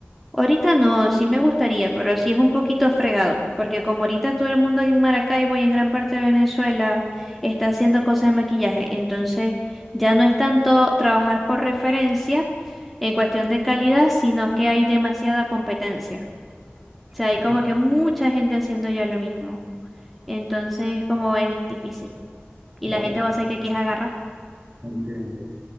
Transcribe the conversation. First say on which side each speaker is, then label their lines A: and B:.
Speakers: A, in the centre; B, on the right.
A: Ahorita no, sí me gustaría, pero sí es un poquito fregado, porque como ahorita todo el mundo en Maracaibo y en gran parte de Venezuela está haciendo cosas de maquillaje, entonces ya no es tanto trabajar por referencia en cuestión de calidad, sino que hay demasiada competencia. O sea, hay
B: No,
A: como que mucha gente haciendo ya lo mismo. Entonces, como es difícil. Y
B: no,
A: la gente va a hacer que aquí es agarrar.
B: no entiendo.